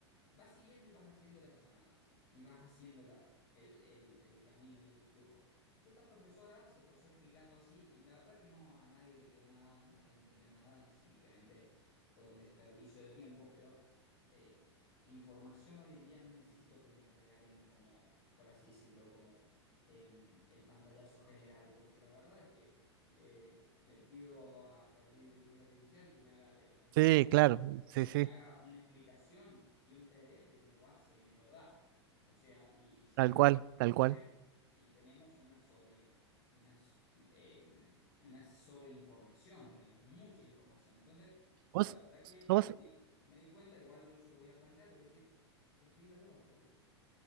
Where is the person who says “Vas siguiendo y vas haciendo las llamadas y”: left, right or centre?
Left